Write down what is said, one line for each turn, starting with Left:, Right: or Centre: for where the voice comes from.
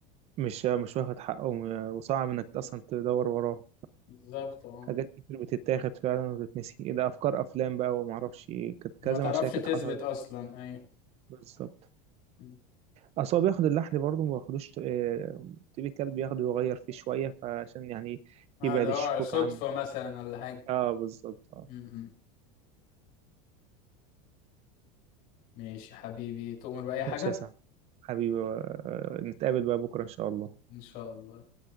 Right: مش مش واخد حقه وم- وصعب انك
Left: مم.
Right: اصلا تدور وراه
Left: بالظبط اه
Right: حاجات كتير بتتاخد فعلا وتتنسي إيه ده افكار افلام بقى وما اعرفش إيه، كانت كذا
Left: ما تعرفش
Right: مشاكل
Left: تثبت
Right: حصلت
Left: اصلا ايوه
Right: بالظبط
Left: مم.
Right: اصل هو بياخد اللحن برضه ما بياخدوش آه، تيبيكال بياخده يغير فيه شويه فعشان يعني
Left: آه،
Right: يبعد
Left: اللي هو
Right: الشكوك
Left: صدفة
Right: عنه
Left: مثلا ولا حاجة
Right: اه بالظبط اه
Left: مم. ماشي حبيبي تؤمر بأي حاجة
Right: ماشي يا سعد حبيبي آه، نتقابل بقى بكره ان شاء الله
Left: ان شاء الله